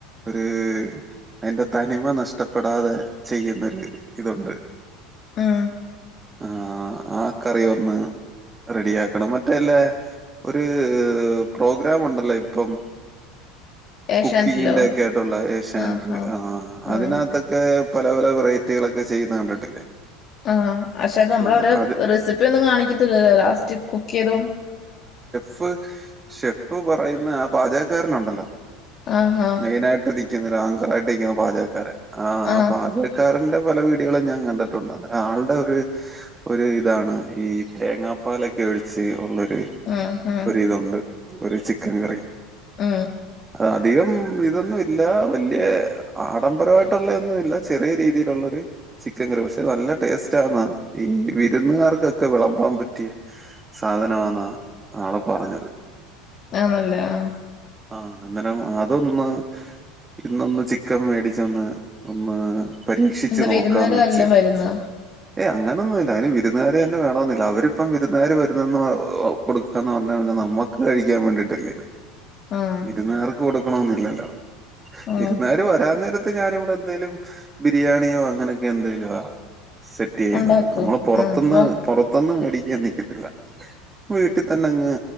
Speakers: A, on the right; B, on the left.
A: ഒരു അതിന്റെ തനിമ നഷ്ടപ്പെടാതെ ചെയ്യുന്നൊരു ഇതുണ്ട്
B: ആഹ്
A: ആഹ് ആഹ് കറി ഒന്ന് റെഡിയാക്കണം മറ്റേല്ലെ ഒരു പ്രോഗ്രാ ഉണ്ടല്ലോ ഇപ്പം
B: <inaudible> ഏഷ്യാനെറ്റിലോ
A: കുക്കിങ്ങിന്റെക്കെ ആയിട്ടുള്ള ഏഷ്യാനറ്റ്ന്റെ
B: ആഹ് ആഹ്
A: ആ അതിനാത്തൊക്കെ
B: ആഹ്
A: പല പല വെറൈറ്റികളൊക്ക ചെയ്യുന്ന കണ്ടിട്ടില്ലേ
B: ആഹ് അക്ഷെ അത് മ്മള
A: ഉം
B: ഓരോ
A: അത്
B: റെസിപ്പി ഒന്നും കാണിക്ക്യത്തില്ലല്ലോ ലാസ്റ്റ് കുക്കെയ്തൊ
A: ഫ് ഷെഫ് പറയുന്ന ആ പാചക ക്കാരനുണ്ടല്ലോ
B: ആഹ് ആഹ്
A: മെയിനായിട്ട് അതി ക്ക്ന്നല ആങ്കറായിട്ട് ക്ക്ന്ന പാചകക്കാരൻ ആ ആ
B: ആഹ്
A: പാചകക്കാരൻന്റെ വ പല വീടികളും നാം കണ്ട്ട്ടുണ്ട് അന്നേ ആ ആൾടെ ഒര് ഒര് ഇതാണ് ഈ തേങ്ങാപ്പാലൊക്കെ ഒഴിച്ച് ഉള്ളര്
B: ഉം ഉം
A: ഒരിതുണ്ട് ഒരു ചിക്കൻ കറി
B: മ്
A: അധികം ഇതൊന്നുഇല്ല വല്ല്യ ആഡംബരമായിട്ടുള്ള ഒന്നുമില്ല ചെറിയ രീതിയിലുള്ളൊര് ചിക്കൻ കറി പക്ഷെ നല്ല ടേസ്റ്റ് ആന്നാ ഈ വിരുന്നുകാർക്കൊക്ക വിളമ്പാമ് പറ്റിയ സാധനമാന്ന ആള് പറഞ്ഞത്.
B: ആന്നല്ലേ ആഹ്
A: ആഹ് ഇന്നലേം അതൊന്ന് ഇന്നൊന്ന് ചിക്കം മേടിച്ചൊന്ന് ഒന്ന് പരീക്ഷിചിച്ച്
B: എന്താ
A: നോക്കാന്ന്
B: വിരുന്നുകാര്
A: വെച്ച്
B: വല്ലോം വരുന്നോ
A: ഏ അങ്ങനെന്നും ഇല്ല അയ്ന് വിരുന്നുകാര് ന്നെ വേണോന്നില്ല അവര് പ്പം വിരുന്നുകാര് വരുന്നന്ന് പ ഹ് ഹ് കൊടുക്കാന്ന് പർഞ്ഞ പിന്നാ നം മ്മക്ക് കഴിക്കാൻ വേണ്ടിട്ടല്ലേ
B: ആഹ്
A: വിരുന്നുകാർക്ക് കൊടുക്കണോന്നില്ലല്ലോ
B: ആഹ്
A: വി രുന്നു കാര് വരാൻ നേര ത്ത് ഞാന് വടെ ന്തേലും ബിരിയാണിയോ അങ്ങനെക്കെ ന്തേലും ആ. സെറ്റയ്യുന്നത്
B: ഉണ്ടാക്കോ
A: നമ്മള് പൊറത്ത്ന്ന്
B: ആഹ് അപ്പൊ
A: പൊറത്ത് ന്ന് മേടിക്കൻ നിക്കത്തില്ല വീട്ടിതന്നെ അങ്ങ്